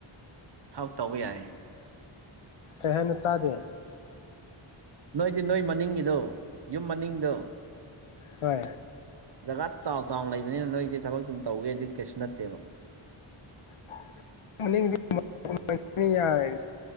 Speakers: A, on the right; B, on the left.
A: ꯊꯕꯛ ꯇꯧꯕ ꯌꯥꯏ
B: ꯀꯩ ꯍꯥꯢꯅꯣ ꯇꯥꯗꯦ
A: ꯅꯣꯏꯗꯤ ꯅꯣꯏ ꯃꯅꯤꯡꯒꯤꯗꯣ ꯌꯨꯝ ꯃꯅꯤꯡꯗꯣ
B: ꯍꯣꯏ
A: ꯖꯒꯥ ꯆꯥꯎ ꯆꯥꯎꯅ ꯂꯩꯕꯅꯤꯅ ꯅꯣꯏꯗꯤ ꯊꯕꯛ ꯑꯗꯨꯝ ꯇꯧꯒꯦꯗꯤ ꯀꯩꯁꯨ ꯅꯠꯇꯦꯕ
B: <inaudible> ꯌꯥꯏ